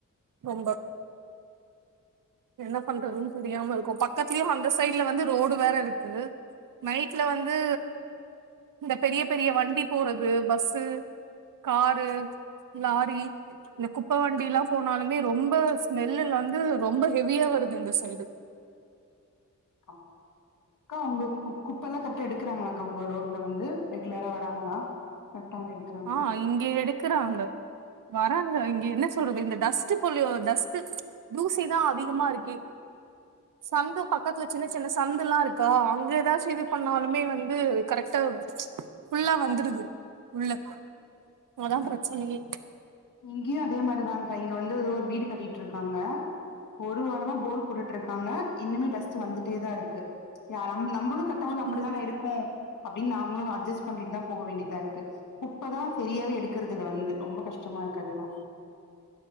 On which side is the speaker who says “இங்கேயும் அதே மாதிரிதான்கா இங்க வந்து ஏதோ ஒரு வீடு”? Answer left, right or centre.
Left